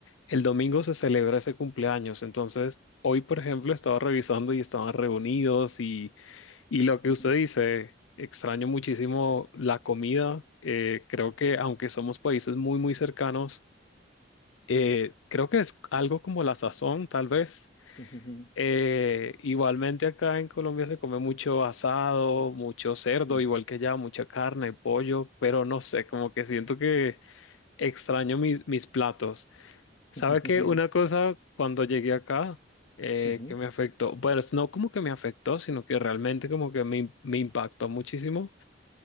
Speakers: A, on the left; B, on the left.
A: el domingo se celebra ese cumpleaños, entonces... Hoy, por ejemplo, estaba revisando y estaban reunidos y y lo que
B: Ujú.
A: usted dice, extraño muchísimo
B: ujú,
A: la comida. Eh, creo que aunque somos países muy, muy cercanos, eh, creo que es algo como la sazón, tal vez.
B: ujú,
A: Eh, igualmente acá en Colombia se come mucho asado, mucho cerdo,
B: ujú,
A: igual que allá, mucha carne, pollo, pero no sé, como que siento que extraño mis mis platos. ¿Sabe
B: ujú,
A: qué? Una cosa cuando llegué acá eh,
B: ujú,
A: que me afectó, bueno, es no como que me afectó, sino que realmente como que me, me impactó muchísimo,